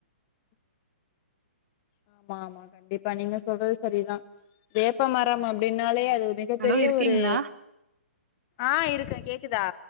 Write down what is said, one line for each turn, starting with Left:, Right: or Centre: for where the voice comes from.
Right: <inaudible>
Left: ஆமா ஆமா கண்டிப்பா நீங்க சொல்றது சரிதான் வேப்ப மரம் அப்படின்னா பழய அது மிகப்பெரிய
Right: ஹலோ இருக்கீங்களா
Left: ஒரு ஆ இருக்கே கேக்குதா